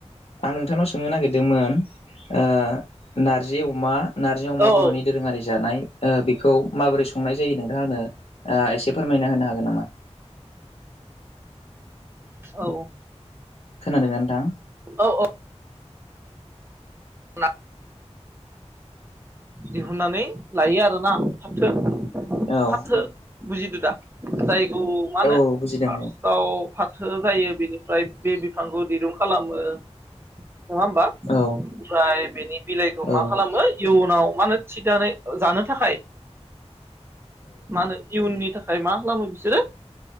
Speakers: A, on the left; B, on the right.
A: आं नोंथांनाव सोंनो नागिरदोंमोन ओ नारजि अमा नार्जि
B: औ
A: अमा बर'नि
B: औ
A: दोरोङारि बेखौ माबोरै संनाय जायो नोंथाङा आंनो एसे फोरमायना होनो हागोन हागोन नामा?
B: औ।
A: खोनादोंना नोंथां?
B: औ औ <unintelligible> दिहुननानै लायो आरोना फाथो
A: नोंथां औ
B: फाथो बुजिदो दा? जाय खौ मा होनो
A: औ बुजिदों
B: फार्स्टआव फाथो जायो बेनिफ्राय बे बिफांखौ दिरुं खालामो। नङा होमबा
A: औ
B: ओमफ्राय बेनि बिलाइखौ
A: औ
B: मा खालामो। उनाव मा होनो थिनानै जानो थाखाय मा होनो इयुननि था थाखाय मा खालामो बिसोरो